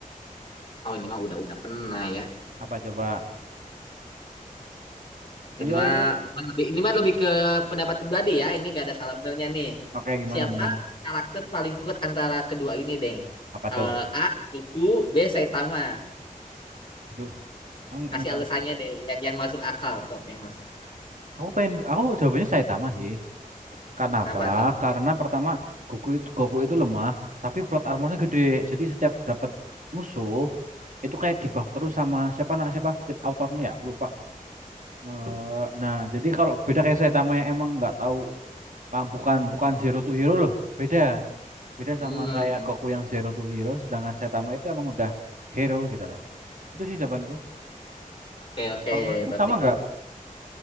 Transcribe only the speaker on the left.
Oh, ini mah udah udah pernah ya.
Ini
mah
ini mah lebih ini mah lebih ke pendapat pribadi ya. Ini gak ada salah benernya nih.
Siapa
karakter paling kuat antara kedua ini deh?
Eh,
A. Goku, B. Saitama.
Kasih
alasannya deh, yang yang masuk akal. Sok, yang masuk. akal.
Kenapa
tuh?
Hmm,
oke oke.
Berarti